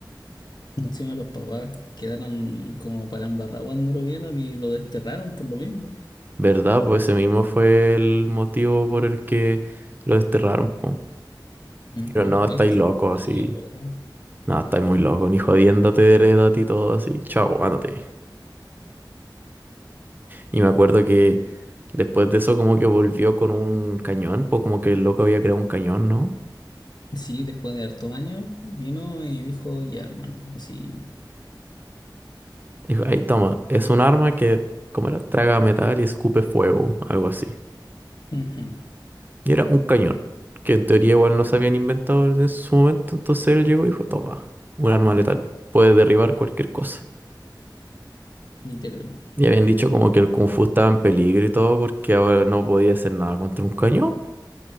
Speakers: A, on the left (about 60°); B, on the right (about 25°).
A: encima los papás quedaron como para embarrar cuando lo vieron y lo desterraron por lo mismo.
B: ¿Verdad? Pues ese mismo fue el motivo por el que lo desterraron, po.
A: Ujú,
B: Pero no, estáis
A: Es que
B: loco
A: estaba
B: así.
A: muy loco.
B: No, estáis muy loco, ni jodiéndote, heredate y todo así. Chao, ándate. Y me acuerdo que después de eso como que volvió con un cañón, pues como que el loco había creado un cañón, ¿no?
A: Sí, después de hartos años vino y dijo, ya, hermano, así,
B: Dijo, ahí toma, es un arma que, ¿cómo era? Traga metal y escupe fuego, algo así.
A: ujú,
B: Y era un cañón, que en teoría igual no se habían inventado en su momento, entonces él llegó y dijo, toma, un arma letal, puede derribar cualquier cosa.
A: literal.
B: Y habían dicho como que el Kung Fu estaba en peligro y todo porque ahora no podía hacer nada contra un cañón.